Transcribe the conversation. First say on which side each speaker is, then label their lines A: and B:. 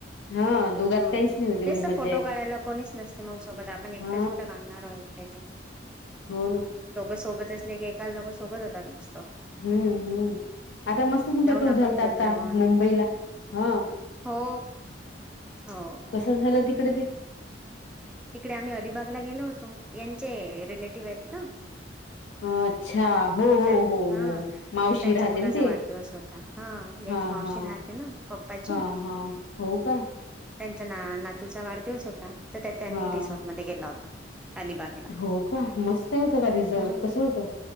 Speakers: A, on the left (about 80°); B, in the centre.
A: हा दोघात
B: हो
A: काहीच
B: ना
A: नाही होत एवढी
B: तेच तर
A: मज्जा
B: फोटो
A: येत
B: काढायला कोणीच नसते मग सोबत आपण एकटेच
A: हा
B: कुठे काढणार आो काचे.
A: हो ना.
B: सोबत असले क एका लोक सोबतात मत
A: हम्म हम्म आता मस्त तुमचा
B: जाऊन
A: टूर
B: आपण
A: झालत
B: वृंदावन
A: आता मुंबईला ह.
B: हो हो
A: कस झालं तिकडे ते.
B: तिकडे आम्ही अलिबागला गेलो होतो यांचे रिलेटिव्ह आहेत ना.
A: ह अच्छा. अच्छा हो हो
B: त्यां
A: हो
B: हा
A: हो मावशी
B: त्यांच्या
A: राहते
B: मुलाचा
A: ते
B: वाढदिवस होता हा यांची
A: हा
B: मावशी
A: हा.
B: राहते ना पप्पाची
A: हा हा हो का?
B: त्यांच्या ना नातूचा वाढदिवस होता तर त्या त्यांनी
A: हां.
B: रिसॉर्टमध्ये केला होता. अलिबागला
A: हो का मस्त होत का रिझल्ट
B: हम्म
A: कसं होत?